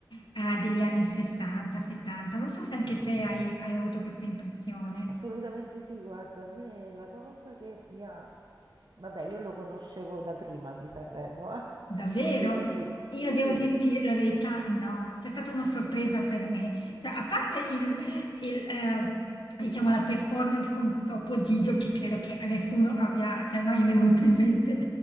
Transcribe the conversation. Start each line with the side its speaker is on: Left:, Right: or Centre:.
Left: eh, degli anni 60, 70. Non so se anche te hai, hai avuto questa impressione.
Right: assolutamente sì, guarda, a me la cosa che mi ha... Vabbè, io lo conoscevo da prima di Sanremo, eh,
Left: Davvero?
Right: Devo dire.
Left: Io
Right: Sì.
Left: devo dirti la verità, no, c'è stata una sorpresa per me. Cioè, a parte il, il, eh, diciamo, la performance con Topo Gigio, che credo che a nessuno abbia, cioè, mai venuto in mente